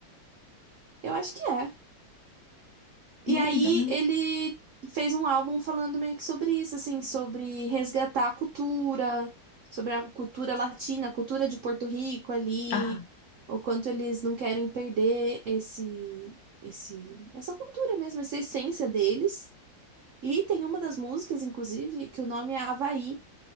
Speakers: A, on the right (about 85°); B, on the left (about 60°).
A: eu acho que é. E
B: Não
A: aí
B: me engano, ela-
A: ele
B: é
A: fez um álbum falando meio que sobre isso, assim, sobre resgatar a cultura, sobre a cultura latina, a cultura de Porto Rico ali,
B: Ah,
A: o quanto eles não querem perder esse, esse, essa cultura mesmo, essa essência deles. E tem uma das músicas, inclusive, que o nome é Havaí,